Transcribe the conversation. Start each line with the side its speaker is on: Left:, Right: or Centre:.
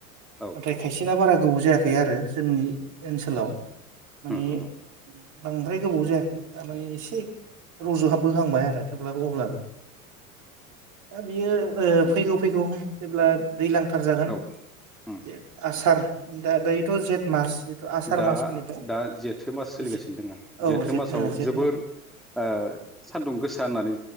Centre: औ
Right: नाथाय खायसेना बारा गोबाव जायाखै आरो जोंनि ओनसोलाव। माने
Centre: उम उम
Right: बांद्राय गोबाव जायाखै थारमाने एसे रज'हाब बोहांबाय आरो थेवब्लाबो अब्लाबो बियो ओ फैगौ फैगौ जेब्ला दैलांखार जागोन
Centre: औ उम
Right: जे आसार दा दायोथ' जेठ मास जिथु आसार
Centre: दा
Right: मासफोरनिफ्राय
Centre: दा जेथो मास सोलिगासिनो
Right: जि
Centre: दङ
Right: औ
Centre: जेथो
Right: जेठ
Centre: मासाव
Right: जेठ
Centre: जोबोर
Right: मास
Centre: ओ सान्दुं गोसा होननानै